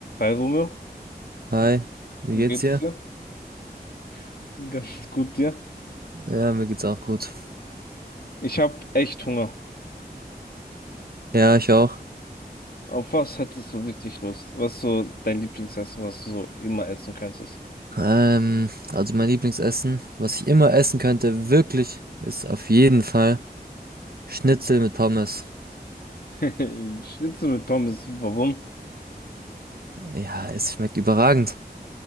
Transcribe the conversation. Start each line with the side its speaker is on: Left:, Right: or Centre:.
Left: Hi Romeo,
Right: Hi, wie
Left: wie
Right: geht's
Left: geht's
Right: dir?
Left: dir? <laughs> Ganz gut dir.
Right: Ja, mir geht's auch gut.
Left: Ich habe echt Hunger.
Right: Ja, ich auch.
Left: Auf was hättest du richtig Lust? Was ist so dein Lieblingsessen, was du so immer essen könntest?
Right: Ähm, also mein Lieblingsessen, was ich immer essen könnte, wirklich, ist auf jeden Fall Schnitzel mit Pommes.
Left: <laughs> Schnitzel mit Pommes, warum?
Right: Ja, es schmeckt überragend.